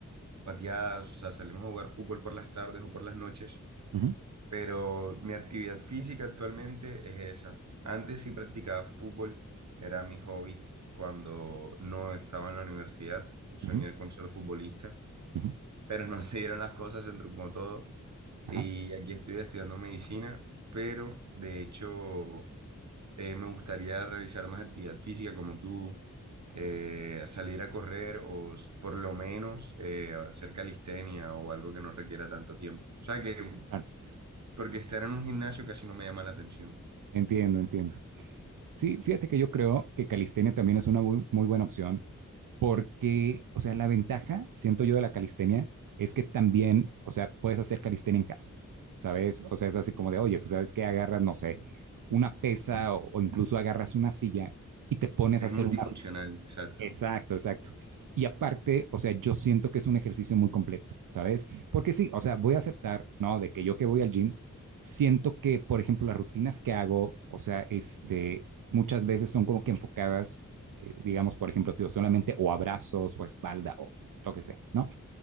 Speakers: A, on the right (about 60°); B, on the right (about 85°).
A: pateadas, o sea, salimos a jugar fútbol por las tardes o por las noches
B: ujú,
A: pero mi actividad física actualmente es esa. Antes sí practicaba fútbol, era mi hobby cuando no estaba en la universidad, soñé
B: ujú,
A: con ser futbolista,
B: ujú,
A: pero no se dieron las cosas, se truncó todo
B: Ajá.
A: y aquí estoy estudiando medicina, pero de hecho eh, me gustaría realizar más actividad física como tú, eh, salir a correr o s- por lo menos eh, hacer calistenia o algo que no requiera tanto tiempo. O sea que
B: Claro.
A: porque estar en un gimnasio casi no me llama la atención.
B: Entiendo, entiendo. Sí, fíjate que yo creo que calistenia también es una muy, muy buena opción porque, o sea, la ventaja, siento yo, de la calistenia es que también, o sea, puedes hacer calistenia en casa, ¿sabes? O sea, es así como de, oye, pues sabes que agarras, no sé, una pesa o, o incluso agarras una silla y te pones
A: Es
B: a hacer
A: multifuncional,
B: una
A: exacto.
B: Exacto, exacto. Y aparte, o sea, yo siento que es un ejercicio muy completo, ¿sabes? Porque sí, o sea, voy a aceptar, ¿no? De que yo que voy al gym, siento que, por ejemplo, las rutinas que hago, o sea, este, muchas veces son como que enfocadas, eh, digamos, por ejemplo, tío, solamente o abrazos o espalda o lo que sea, ¿no?